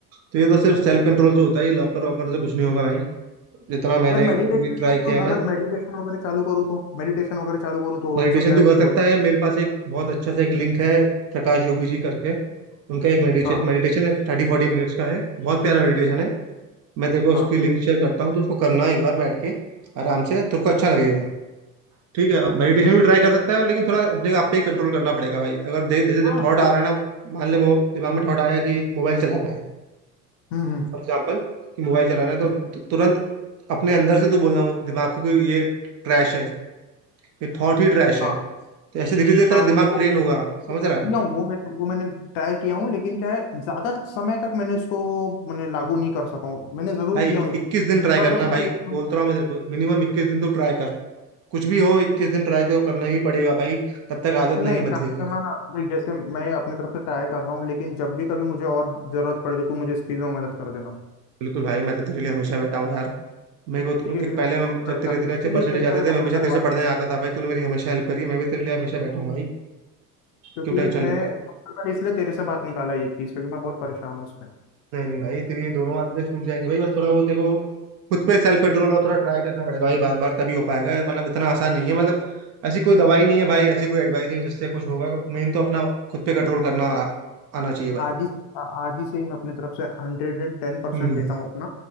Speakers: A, on the right; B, on the left.
A: तो ये तो सिर्फ
B: अच्छा
A: सेल्फ कंट्रोल से होता है ये लॉकर वॉकर से कुछ नहीं होगा भाई जितना मैंने
B: अगर मेडिटेशन
A: भी ट्राई
B: सुन
A: किया है
B: अगर
A: ना
B: मेडिटेशन वगैरह चालू करूँ तो मेडिटेशन वगैरह चालू करूँ तो
A: मेडिटेशन
B: हो सकता
A: तो
B: है
A: कर
B: ठीक
A: सकता
B: हो जाए
A: है मेरे पास एक बहुत अच्छा सा एक लिंक है प्रकाश योगी जी करके उनका एक
B: हाँ
A: मेडिटेशन है थर्टी फोर्टी मिनट्स का है बहुत प्यारा मेडिटेशन है मैं तेरे को
B: हाँ
A: उसकी लिंक शेयर करता हूँ तो उसको करना एक बार बैठ के आराम से तेरे को अच्छा लगेगा ठीक है
B: तुम
A: मेडिटेशन भी ट्राई कर सकता है लेकिन थोड़ा अपने आप पे ही कंट्रोल करना पड़ेगा भाई अगर दे- जैसे
B: हाँ
A: थॉट
B: तो
A: आ रहा है ना मान ले मो- दिमाग में थॉट आया कि मोबाइल चलाना है
B: हम्म हम्म
A: फॉर एग्जाम्पल कि मोबाइल चलाना है तो
B: हम्म,
A: तु- तुरंत अपने अंदर से तू बोलना दिमाग को कि ये ट्रैश है ये थॉट ही ट्रैश है
B: हाँ
A: तो ऐसे धीरे धीरे
B: हाँ
A: तेरा
B: वो
A: दिमाग ट्रेन होगा समझ
B: वो वो
A: रहा है
B: किया हूँ, वो मैं वो मैंने ट्राई किया हूँ लेकिन क्या है ज्यादा समय तक मैंने इसको मैंने लागू नहीं कर सका हूँ मैंने जरूर
A: भाई
B: किया हूँ ये
A: इक्कीस
B: चीज।
A: दिन ट्राई
B: इस बार
A: करना
B: बस
A: भाई
B: मुझे तुम
A: बोल तो रहा हूँ मैं तेरे को मिनिमम इक्कीस दिन तो ट्राई कर कुछ भी हो इक्कीस दिन ट्राई तो करना ही पड़ेगा भाई तब तक आदत
B: ना
A: नहीं
B: एक
A: बदलेगी
B: काम करना ना देख जैसे मैं अपने तरफ से ट्राई कर रहा हूँ लेकिन जब भी कभी मुझे और जरूरत पड़े तो तू मुझे इस चीज में मदद कर देना
A: बिल्कुल भाई मैं तो तेरे लिए हमेशा बैठा हूँ यार मेरे को तो-
B: ठीक है
A: देख
B: क्योंकि
A: पहले
B: मैं बहुत
A: मैं जब
B: परेशान
A: तेरे इतने
B: हूँ। इसीलिए
A: अच्छे परसेंटेज
B: करता
A: आते
B: हुआ
A: थे मैं
B: सबसे
A: हमेशा तेरे
B: पहले
A: से
B: बात
A: पढ़ने
B: करा
A: आता था भाई तूने मेरी हमेशा हेल्प करी है, मैं भी तेरे लिए हमेशा बैठा हूँ भाई
B: क्योंकि
A: क्यों टेंशन
B: मैं
A: ले रहा है
B: सबसे पहले इसलिए तेरे से बात निकाला ये चीज क्योंकि मैं बहुत परेशान हूँ उसमें
A: नहीं नहीं भाई तेरी ये दोनों आदतें छूट जाएंगी भाई बस थोड़ा वो तेरे को खुद पे सेल्फ कंट्रोल और थोड़ा ट्राई करना पड़ेगा भाई बार बार तभी हो पाएगा मतलब इतना आसान नहीं है मतलब ऐसी कोई दवाई नहीं है भाई ऐसी कोई एडवाइस नहीं है जिससे कुछ होगा मेन तो अपना खुद पे कंट्रोल करना आ, आना चाहिए भाई
B: आज ही आ- आज ही से ही मैं अपने तरफ से हंड्रेड एंड टेन परसेंट
A: हम्म
B: देता हूँ अपना